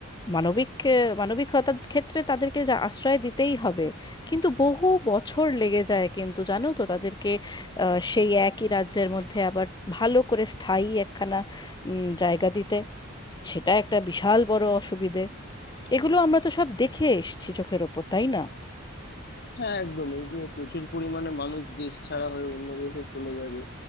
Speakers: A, on the left (about 20°); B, on the left (about 50°).
A: মানবিক আহ, মানবিকতার ক্ষেত্রে তাদেরকে যা আশ্রয় দিতেই হবে কিন্তু বহু বছর লেগে যায় কিন্তু জানো তো তাদেরকে আহ, সেই একই রাজ্যের মধ্যে আবার ভালো করে স্থায়ী একখানা উম, জায়গা দিতে সেটা একটা বিশাল বড় অসুবিধে এগুলো আমরা তো সব দেখে এসেছি চোখের ওপর তাই না
B: হ্যাঁ একদম এই যে প্রচুর পরিমাণে মানুষ দেশ ছাড়া হয়ে অন্য দেশে চলে যাবে